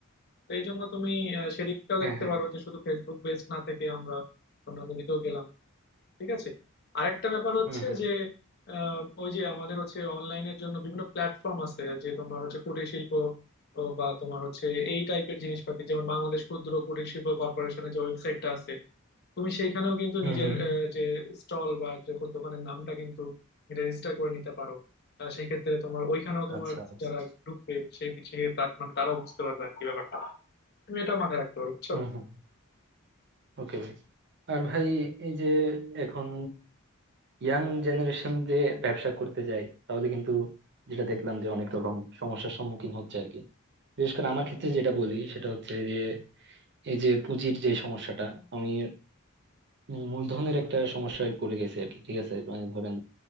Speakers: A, on the left; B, on the right.
A: তো এই জন্য তুমি আহ, সেদিকটাও
B: হুম
A: দেখতে
B: হুম হুম হ্যাঁ
A: পারো
B: হ্যাঁ
A: যে শুধু ফেসবুক বেস না থেকে আমরা অন্যান্য দিকেও গেলাম ঠিক আছে আরেকটা ব্যাপার হচ্ছে
B: হুম হুম
A: যে আহ, ওই যে আমাদের হচ্ছে অনলাইনের জন্য বিভিন্ন প্ল্যাটফর্ম আছে যে তোমার হচ্ছে কুটির শিল্প ও বা তোমার হচ্ছে এই টাইপের জিনিসপাতি যেমন বাংলাদেশ ক্ষুদ্র কুটির শিল্প কর্পোরেশনের যে ওয়েবসাইটটা আছে তুমি সেইখানেও কিন্তু
B: হুম
A: নিজের
B: হুম
A: আহ, যে স্টল বা যে দোকানের নামটা কিন্তু রেজিস্টার করে নিতে পারো আহ, সেই ক্ষেত্রে তোমার ওইখানেও তোমার
B: আচ্ছা আচ্ছা
A: যারা ঢুকবে সেই দিক থেকে তার মানে তারাও বুঝতে পারবে আর কি ব্যাপারটা তুমি এটাও মাথায় রাখতে পারো বুঝছো
B: হুম হুম ওকে ভাই আর ভাই এই যে এখন ইয়াং জেনারেশন যে ব্যবসা করতে যায় তাহলে কিন্তু যেটা দেখলাম যে অনেক রকম সমস্যার সম্মুখীন হচ্ছে আর কি বিশেষ করে আমার ক্ষেত্রে যেটা বলি সেটা হচ্ছে যে এই যে পুঁজির যে সমস্যাটা আমি উম, মূলধনের একটা সমস্যায় পড়ে গেছে আর কি ঠিক আছে মানে ধরেন